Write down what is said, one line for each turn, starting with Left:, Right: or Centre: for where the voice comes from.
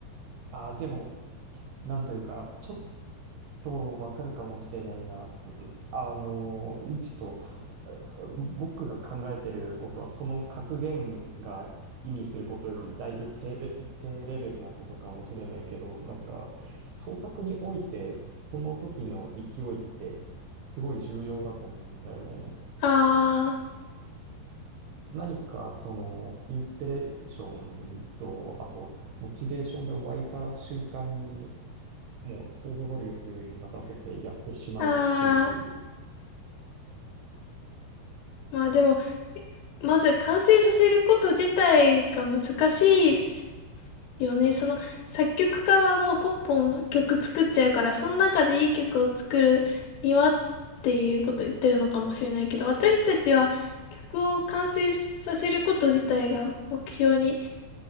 Right: ああ、でも、なんというか、ちょっとわかるかもしれないな。うんあのー、ちょっと、うん僕が考えてることは、その格言が意味することより、だいぶ低レ、低レベルなことかもしれないけど、なんか、創作において、その時の勢いって、すごい重要だと思うんだよね。
Left: あ
Right: 何かそのインスピレーションと、あとモチベーションが湧いた瞬間に、もう想像力に任せてやってしまうっていう。
Left: あ、ああ。まあでも、まず完成させること自体が難しいよね。その作曲家はもうポンポン曲作っちゃうから、その中でいい曲を作るにはっていうことを言ってるのかもしれないけど、私たちは曲を完成させること自体が目標に、